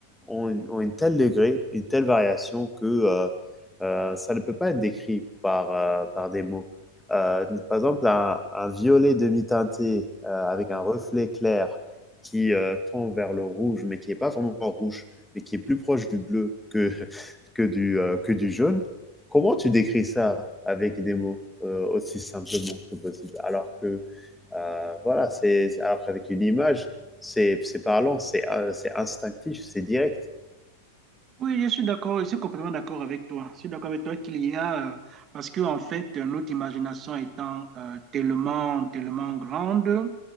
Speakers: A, in the centre; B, on the right.
A: ont, une- ont une telle degré, une telle variation que euh, euh, ça ne peut pas être décrit par, euh, par des mots. Euh, par exemple, un, un violet demi-teinté euh, avec un reflet clair qui euh, tend vers le rouge, mais qui n'est pas vraiment rouge, mais qui est plus proche du bleu que, <laughs> que, du, euh, que du jaune, Comment tu décris ça avec des mots euh, aussi simplement que possible Alors que, euh, voilà, c'est alors qu'avec une image, c'est c'est parlant, c'est euh, c'est instinctif, c'est direct.
B: Oui, je suis d'accord, je suis complètement d'accord avec toi. Je suis d'accord avec toi qu'il y a, euh, parce que en fait, euh, notre imagination étant euh, tellement, tellement grande,